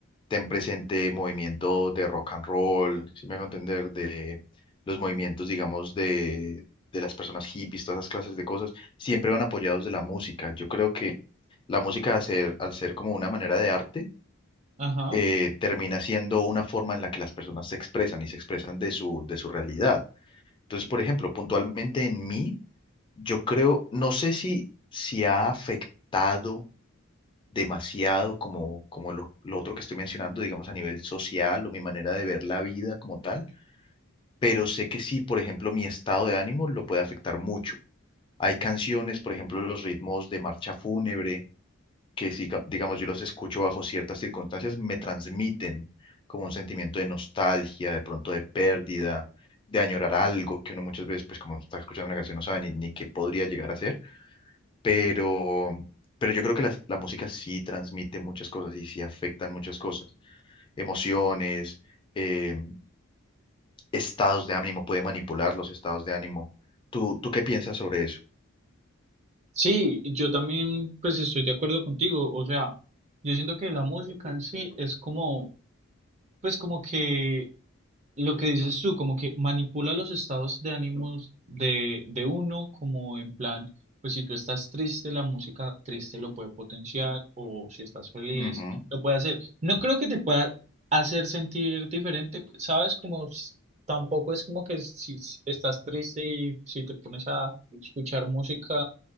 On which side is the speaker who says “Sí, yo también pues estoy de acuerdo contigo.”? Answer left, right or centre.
Right